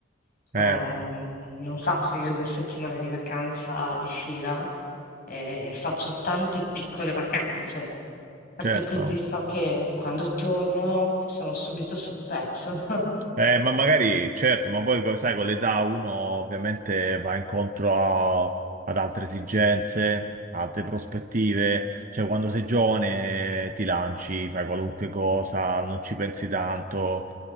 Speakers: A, on the left; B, on the right.
A: Cioè
B: eh,
A: non non faccio io 2 settimane di vacanza di fila, e faccio tante piccole vacanze, perché
B: certo.
A: così so che quando torno sono subito sul pezzo. <laughs>
B: Eh, ma magari, certo, ma poi co- sai, con l'età uno ovviamente va incontro a- ad altre esigenze, altre prospettive, cioè quando sei giovane eh, ti lanci, fai qualunque cosa, non ci pensi tanto,